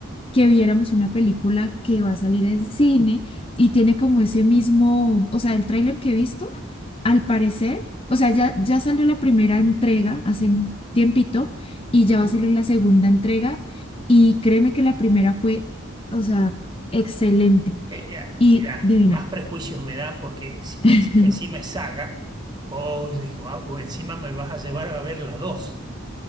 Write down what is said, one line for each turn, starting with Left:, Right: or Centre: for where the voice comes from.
Left: que viéramos una película que va a salir en cine y tiene como ese mismo, o sea, el tráiler que he visto, al parecer, o sea, ya, ya salió la primera entrega hace un tiempito y ya
Right: Ajá.
Left: va a salir la segunda entrega y créeme que la primera fue, o sea, excelente
Right: Eh, eh,
Left: y
Right: y mirá,
Left: divina.
Right: más prejuicios me da porque si me
Left: <laughs>
Right: decís que encima es saga, vos dije, "Ah, o encima me vas a llevar a ver las dos.